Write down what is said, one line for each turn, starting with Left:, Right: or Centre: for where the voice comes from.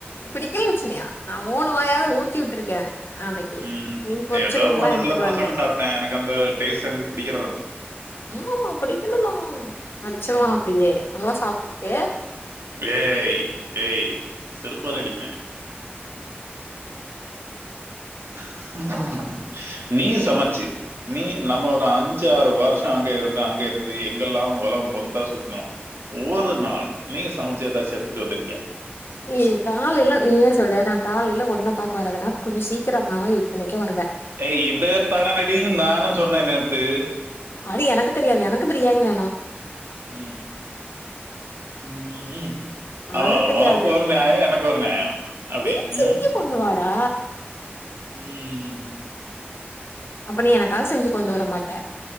Left: பிடிக்கலன் சொன்னியா நா மூணு வாயாவது ஊட்டி விட்ருக்க ஆ அன்னைக்கு
Right: ம்.
Left: மீன் பொறுச்ச
Right: ஏதோ
Left: மீன்ல்லா
Right: மனசுல
Left: எடுத்துட்டு
Right: மனசோட
Left: வந்த
Right: சாப்பிட்டேன். எனக்கு அந்த டேஸ்ட் எனக்கு பிடிக்கல தான்.
Left: ஆமா புடிக்கலதா அடுச்சுருவா
Right: ம்.
Left: அப்புடியே நல்லா சாப்டுட்டு
Right: ஏய் ஏய் செருப்பால் அடிப்ப <inaudible> நீ சமச்சு நீ நம்ம ஒரு அஞ்சு ஆறு வருஷோ அங்க இருந்து அங்க இருந்து எங்கெல்லா ஒலகோ பொருத்தா சுத்துனு ஒவ்வொரு நாள் நீ சமச்சு எதாச்சு எடுத்துட்டு வந்துருக்கியா
Left: ஏ கால்ல எல்லா நீ சொல்லே நா கால்ல எல்லா ஒன்னாப் பாக்க வரதுனா கொஞ்சோ சீக்கிரோ நா இத்தனைக்கு வருவ
Right: ஏய் இது தானாபெட் அப்டின் நானும் சொன்ன நேத்து
Left: அது எனக்கு தெரியாது எனக்கு பிரியாணி வேணு
Right: ம் ம் ம் ம் ஆமா
Left: அது தெரியாது
Right: உனக்கு ஒரு நியாயோ எனக்கு ஒரு நியாயோ அப்டி
Left: நீ செஞ்சு
Right: ம்
Left: கொண்டு வாடா
Right: ம்
Left: அப்ப நீ எனக்காக செஞ்சு கொண்டு வரமாட்ட